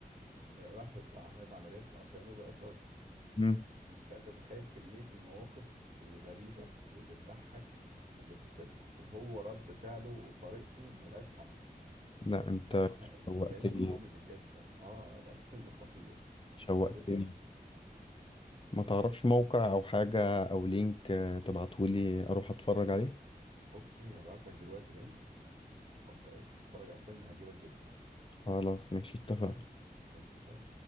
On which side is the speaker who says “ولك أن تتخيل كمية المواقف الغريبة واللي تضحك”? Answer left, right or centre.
Right